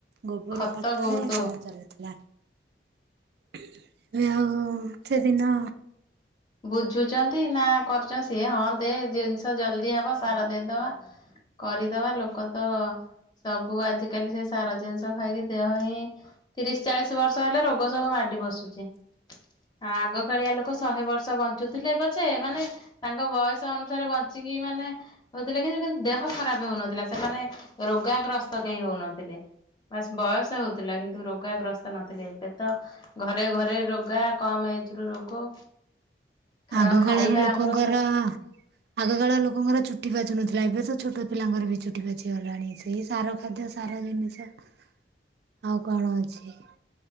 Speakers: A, on the right (about 65°); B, on the left (about 25°).
A: ଗୋବର
B: ଖତ
A: ଖତରେ
B: ବହୁତ
A: କାମ ଚାଲିଥିଲା। ଉଉ ଏବେ ଆଉ ସେଦିନ
B: ବୁଝୁଚନ୍ତି ନା କରୁଚନ୍ତି ସିଏ ହଁ ଦେ ଜିନିଷ ଜଲଦି ହବ ସାର ଦେଇଦବା କରିଦବା ଲୋକ ତ ସବୁ ଆଜିକାଲି ସେ ସାର ଜିନିଷ ଖାଇକି ଦେହ ହିଁ, ତିରିଶ ଚାଳିଶ ବର୍ଷ ହେଲେ ରୋଗ ସବୁ ମାଡି ବସୁଚି। ଆଗକାଳିଆ ଲୋକ ଶହେ ବର୍ଷ୍ ର୍ଷ ବଞ୍ଚୁଥିଲେ ପଛେ ମାନେ ତାଙ୍କ ବୟସ ଅନୁସାରେ ବଞ୍ଚିକି ମାନେ ହଉଥିଲେ କିନ୍ତୁ କିନ୍ତୁ ଦେହ ଖରାପେ ହଉନଥିଲା, ସେମାନେ ରୋଗାଗ୍ରସ୍ତ କେହି ହଉନଥିଲେ। ବାସ୍ ବୟସ ହଉଥିଲା କିନ୍ତୁ ରୋଗାଗ୍ରସ୍ ତ ନଥିଲେ ଏବେ ତ ଘରେ ଘରେ ରୋଗ୍ ଗା କମ୍ ଏଜ୍ ରୁ ରୋଗ। କାରଣ
A: ଆଗ
B: ଖାଇବା
A: କାଳର ଲୋକଙ୍କର
B: ଆମର ସବୁ
A: ଆଗ କାଳ ଲୋକଙ୍କର ଚୁଟି ପାଚୁନଥିଲା ଏବେ ତ ଛୋଟ ଛୋଟ ପିଲାଙ୍କର ବି ଚୁଟି ପାଚି ଗଲାଣି। ସେଇ ସାର ଖାଦ୍ୟ ସାର ଜିନିଷ ଆଉ କଣ ଅଛି?